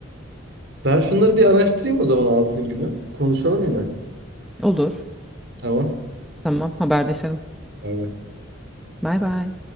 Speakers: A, on the right; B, in the centre.
A: Ben şunları bir araştırayım o zaman altın günü. Konuşalım yine.
B: Olur.
A: Tamam.
B: Tamam haberleşelim.
A: Bay bay.
B: Bay bay.